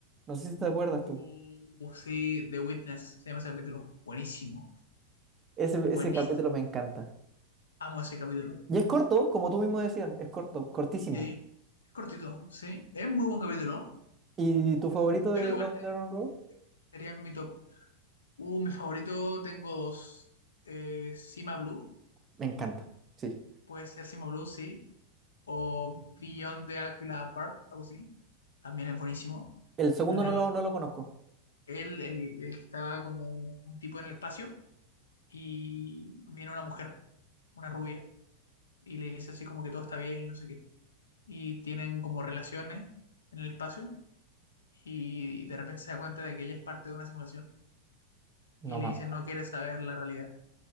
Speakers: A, on the right; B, on the left.
A: No sé si te acuerdas
B: Uh,
A: tú.
B: sí, The Witness, se llama ese capítulo. Buenísimo,
A: Ese,
B: buenísimo.
A: ese capítulo me encanta.
B: Amo ese capítulo.
A: Y es corto, como tú mismo decías, es corto, cortísimo.
B: Sí, es cortito, sí. Es muy buen capítulo.
A: ¿Y tu
B: Yo
A: favorito
B: creo
A: de
B: que igual
A: Love,
B: estaría,
A: Death and Robots?
B: estaría en mi top. Uh, mi favorito tengo dos. Eh, Cima Blue.
A: Me encanta, sí.
B: Puede ser Simo Blue, sí. O Beyond the Aquila Apart, algo así. También es buenísimo.
A: El segundo
B: El de
A: no lo,
B: los.
A: no lo conozco.
B: Él, el, el que estaba como un tipo en el espacio. Y viene una mujer, una rubia. Y le dice así como que todo está bien y no sé qué. Y tienen como relaciones en el espacio. Y de repente se da cuenta de que ella es parte de una simulación. Y
A: No
B: le
A: me,
B: dice,
A: acu-
B: no quieres saber la realidad.